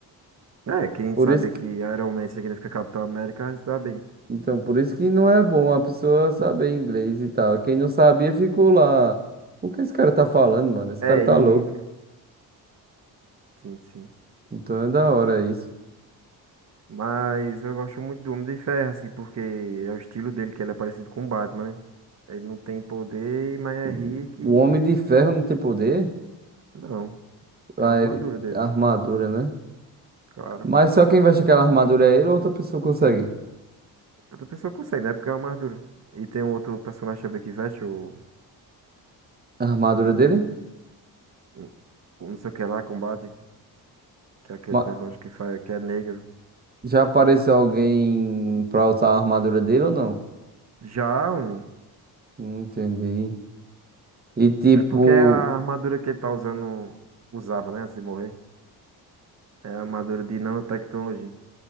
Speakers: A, on the right (about 40°); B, on the right (about 25°).
A: É, quem
B: Por
A: sabe
B: isso que,
A: que Iron Man significa Capitão América, está bem.
B: então, por isso que não é bom a pessoa saber inglês e tal. Quem não sabia ficou lá. O que esse cara tá falando, mano? Esse
A: É,
B: cara tá
A: e...
B: louco.
A: Sim, sim.
B: Então é da hora isso.
A: Mas eu gosto muito do Homem de Ferro, assim, porque é o estilo dele, que ele é parecido com o Batman, né? Ele não tem poder, mas é
B: O
A: rico e...
B: o Homem de Ferro não tem poder?
A: Não,
B: Ah,
A: é a armadura
B: ele-
A: dele,
B: A armadura, né?
A: claro.
B: Mas só quem veste aquela armadura é ele ou outra pessoa consegue?
A: É Outra pessoa consegue, né? Porque é uma armadura. E tem um outro personagem também que veste o...
B: A armadura
A: o...
B: dele?
A: o- o Não sei o que lá, combate. Que é aquele
B: Ma-
A: personagem que, faz... que é negro.
B: Já apareceu alguém pra usar a armadura dele ou não?
A: Já, homem.
B: Não entendi. E tipo.
A: É porque é a armadura que ele tá usando, usava, né, antes de morrer, é a armadura de nanotecnologia.